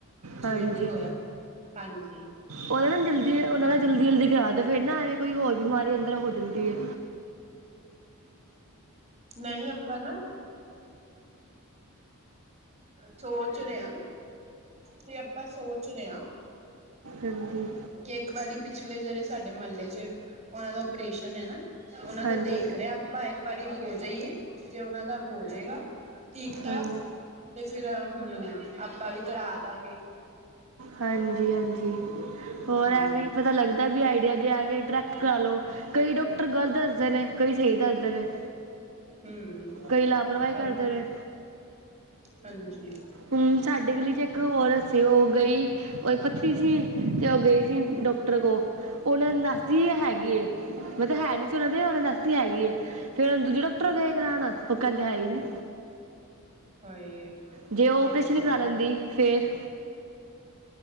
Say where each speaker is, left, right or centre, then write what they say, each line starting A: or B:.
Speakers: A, on the right (about 30°); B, on the right (about 75°).
A: ਜਿਵੇਂ
B: ਹਾਂਜੀ
A: ਵੀ ਹੋਇਆ ਹਾਂਜੀ
B: ਉਹਦੇ ਨਾਲ ਜਲਦੀ ਉਹਨਾਂ ਦਾ ਜਲਦੀ-ਜਲਦੀ ਕਰਦ ਫਿਰ ਨਾ ਐਵੇਂ ਕੋਈ ਹੋਰ ਬਿਮਾਰੀ ਅੰਦਰ ਹੋ ਜਾਂਦੀ ਹੈ
A: ਨਹੀਂ ਆਪਾਂ ਨਾ ਸੋਚ ਰੇ ਆ, ਤੇ ਆਪਾਂ ਸੋਚ ਰਹੇ ਹਾਂ
B: ਹਾਂਜੀ
A: ਕਿ ਇੱਕ ਵਾਰੀ ਪਿਛਲੇ ਜਿਹੜੇ ਸਾਡੇ ਮਹੱਲੇ ਚ ਉਹਨਾਂ ਦਾ ਔਪਰੇਸ਼ਨ ਹੈ ਨਾ, ਉਹਨਾਂ
B: ਹਾਂਜੀ
A: ਦਾ ਦੇਖ ਰਹੇ ਆਪਾਂ ਇੱਕ ਵਾਰੀ ਹੋ ਜਾਈਏ, ਜੇ ਉਹਨਾਂ ਦਾ ਹੋ ਜਾਏਗਾ ਠੀਕ ਠਾਕ,
B: ਹਾਂਜੀ
A: ਤੇ ਫਿਰ ਹੁਣ ਆਪਾਂ ਵੀ ਕਰਾ ਦਾਂਗੇ
B: ਹਾਂਜੀ-ਹਾਂਜੀ ਹੋਰ
A: ਹਾਂਜੀ
B: ਐਵੇਂ ਪਤਾ ਲੱਗਦਾ ਵੀ ਆਈਡੀਆ ਜੇ ਐਵੇਂ ਡਾਇਰੈਕਟ ਕਰਾ ਲੋ, ਕਈ ਡਾਕਟਰ ਗਲਤ ਦੱਸਦੇ ਨੇ ਕਈ ਸਹੀ ਦੱਸਦੇ ਨੇ
A: ਹਮ
B: ਕਈ ਲਾਪਰਵਾਹੀ ਕਰਦੇ
A: ਐ ਤੇ
B: ਰਹੇ
A: ਹਾਂਜੀ
B: ਹੂ ਸਾਡੇ ਗਲੀ ਇੱਕ ਔਰਤ ਸੀ, ਔ ਗਈ ਉਹਦੀ ਪੱਥਰੀ ਸੀ ਤੇ ਉਹ ਗਈ ਸੀ
A: ਹਮ
B: ਡਾਕਟਰ ਕੋਲ ਉਹਨਾਂ ਨੂੰ ਦੱਸਦੀ ਹੈਗੀ ਹੈ ਮੈਂ ਤਾਂ ਹੈ ਨੀ ਸੀ ਉਹਨਾ ਦੇ, ਉਹੇ ਦੱਸਦੀ ਹੈਗੀ ਏ, ਫੇਰ ਉਹ ਦੂਜੇ ਡਾਕਟਰ ਗਏ ਕਰਉਣ ਔ ਕਹਿੰਦੇ ਹੈ ਹੀ ਨੀ
A: ਹਮ ਹਾਏ
B: ਜੇ ਉਹ ਔਪਰੇਸ਼ਨ
A: ਅੱਜ ਕੱਲ
B: ਕਰਾ ਲੈਂਦੀ
A: ਤੇ
B: ਫੇਰ